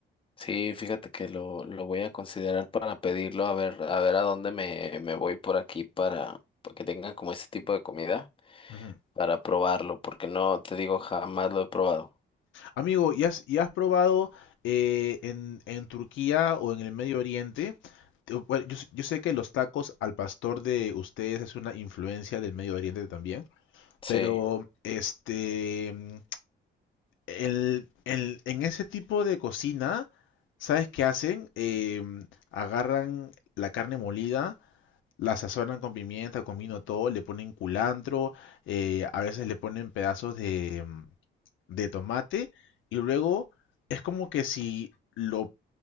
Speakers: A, on the left; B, on the left.
A: Sí, fíjate que lo, lo voy a considerar para pedirlo, a ver, a ver a dónde me, me voy por aquí para, para que tengan como ese tipo de comida,
B: Ujú.
A: para probarlo, porque no, te digo, jamás lo he probado.
B: Amigo, ¿y has, y has probado eh, en, en Turquía o en el Medio Oriente? Te- bueno, yo, s- yo sé que los tacos al pastor de ustedes es una influencia del Medio Oriente también,
A: Sí,
B: pero este, mm, el- el- en ese tipo de cocina, ¿sabes qué hacen? Em, agarran la carne molida, la sazonan con pimienta, con vino, todo, le ponen culantro, eh, a veces le ponen pedazos de, mm, de tomate y luego es como que si lo